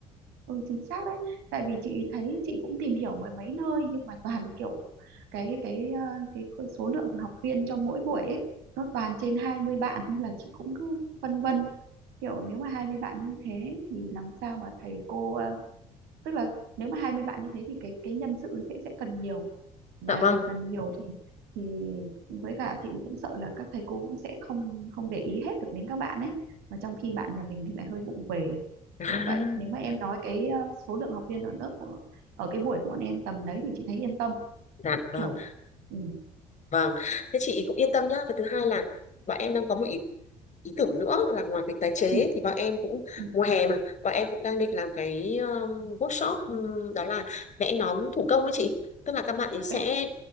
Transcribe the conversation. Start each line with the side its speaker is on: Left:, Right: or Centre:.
Right: Ừ, chính xác đấy. Tại vì chị thấy chị cũng tìm hiểu mười mấy nơi nhưng mà toàn kiểu cái cái ờ, cái khối- số lượng học viên cho mỗi buổi ấy nó toàn trên 20 bạn nên là chị cũng cứ phân vân. Kiểu nếu mà 20 bạn như thế thì làm sao mà thầy cô ờ, tức là nếu mà 20 bạn như thế thì cái cái nhân sự sẽ sẽ cần nhiều mà
Left: Dạ vâng.
Right: cần nhiều thì thì với cả chị cũng sợ là các thầy cô cũng sẽ không không để ý hết được đến các bạn ấy mà trong khi bạn nhà mình thì lại hơi vụng về
Left: <laughs>
Right: kiểu vậy nếu mà em nói cái ờ, số lượng học viên ở lớp của, ở cái buổi của bọn em tầm đấy thì chị thấy yên tâm
Left: À, dạ vâng.
Right: kiểu ừ,
Left: Vâng, thế chị cũng yên tâm nhá. Và thứ hai là bọn em đang có một ý, ý tưởng nữa là ngoài việc tái chế
Right: ừ,
Left: thì bọn em cũng
Right: ừ.
Left: mùa hè mà bọn em cũng đang định làm cái um, workshop um, đó là vẽ nón thủ công ấy chị. Tức là các bạn ấy sẽ
Right: vẽ